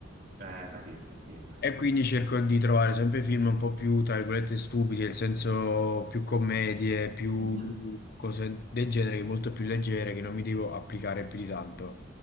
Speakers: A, on the right; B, on the left.
A: Eh, capisco, sì.
B: e quindi cerco di trovare sempre film un po' più, tra virgolette, stupidi, nel senso più commedie, più
A: Mhm.
B: cose del genere, molto più leggere, che non mi devo applicare più di tanto.